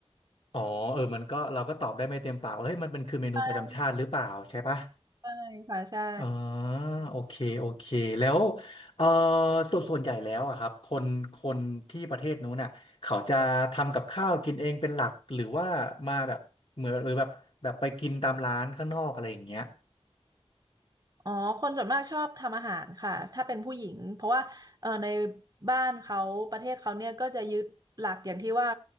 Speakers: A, on the left; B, on the right.
A: อ๋อเออมันก็เราก็ตอบได้ไม่เต็มปากว่าเฮ้ยมันเป็นคือเมนูประจำชาติหรือเปล่าใช่ปะ
B: <laughs> ใช่ค่ะใช่
A: อ่าโอเคโอเคแล้วเออส่วนส่วนใหญ่แล้วอะครับคนคนที่ประเทศนู้นน่ะเขาจะทำกับข้าวกินเองเป็นหลักหรือว่ามาแบบเหมือนหรือแบบแบบไปกินตามร้านข้างนอกอะไรอย่างเงี้ย
B: อ๋อคนส่วนมากชอบทำอาหารค่ะถ้าเป็นผู้หญิงเพราะว่าเออในบ้านเขาประเทศเขาเนี่ยก็จะยึดหลักอย่างที่ว่า